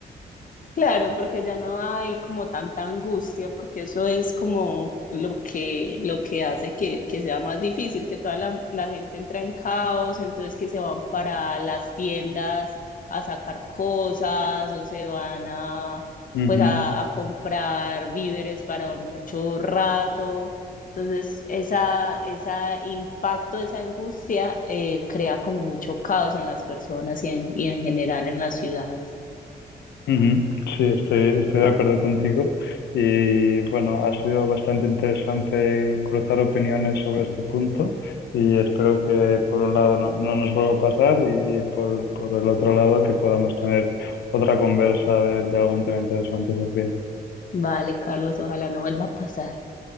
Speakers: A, on the left; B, on the left.
A: Claro, porque ya no hay como tanta angustia, porque eso es como lo que, lo que hace que, que sea más difícil, que toda la, la gente entra en caos, entonces que se van para las tiendas a sacar cosas o se van a,
B: Ujú,
A: pues a, a comprar víveres para mucho rato. Entonces, esa, ese impacto, esa angustia, eh, crea como mucho caos en las personas y en, y en general en las ciudades.
B: ujú. Sí, estoy, estoy de acuerdo contigo. Y bueno, ha sido bastante interesante cruzar opiniones sobre este punto y espero que por un lado no, no nos vuelva a pasar y, y por, por el otro lado que podamos tener otra conversa de, de algún tema interesante, Sofía.
A: Vale, Carlos, ojalá no vuelva a pasar.